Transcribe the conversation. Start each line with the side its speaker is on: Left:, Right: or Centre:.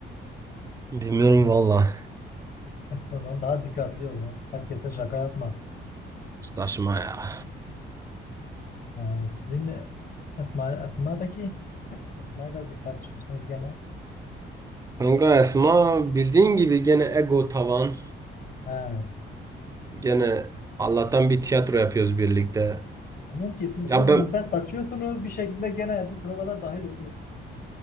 Right: bilmiyorum valla.
Left: O zaman daha dikkatli ol. Herkese şaka yapma.
Right: Saçma ya.
Left: Ha, sizinle Esma, Esma'daki Esma'yla bir tartışmışsınız gene.
Right: Kanka Esma bildiğin gibi gene ego tavan.
Left: Ha.
Right: Gene Allah'tan bir tiyatro yapıyoruz birlikte.
Left: Diyorum ki siz
Right: Ya
Left: birbirinizden
Right: ben
Left: kaçıyorsunuz bir şekilde gene bir provada dahil oluyorsunuz.